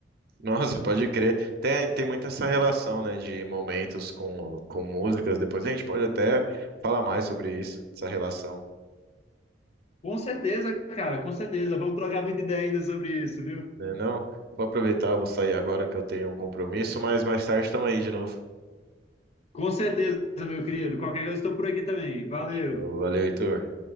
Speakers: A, on the right (about 55°); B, on the left (about 35°).
A: Nossa, pode crer. Tem, tem muito essa relação, né, de momentos com, com músicas. Depois a gente pode até falar mais sobre isso, essa relação,
B: Com certeza, cara, com certeza. Vamos trocar muita ideia ainda sobre isso, viu?
A: né? Não? Vou aproveitar, vou sair agora que eu tenho um compromisso, mas mais tarde estamos aí de novo.
B: Com certeza, meu querido. Qualquer coisa, estou por aqui também. Valeu.
A: Show, valeu, Heitor.